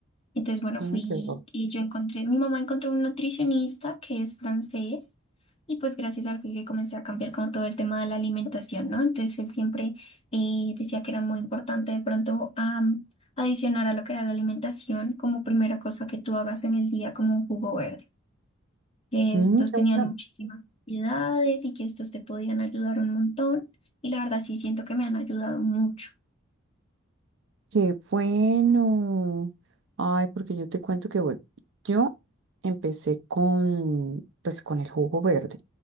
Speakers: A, on the left; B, on the right.
A: Entonces, bueno,
B: Mm,
A: fui
B: qué bueno.
A: y yo encontré, mi mamá encontró un nutricionista que es francés y pues gracias a él fue que comencé a cambiar como todo el tema de la alimentación, ¿no? Entonces él siempre eh, decía que era muy importante de pronto am, adicionar a lo que era la alimentación como primera cosa que tú hagas en el día como un jugo verde. que
B: Mm,
A: Estos
B: qué
A: tenían
B: bueno.
A: muchísimas propiedades y que estos te podían ayudar un montón y la verdad sí siento que me han ayudado mucho.
B: Qué bueno. Ay, porque yo te cuento que, bueno, yo empecé con, pues, con el jugo verde,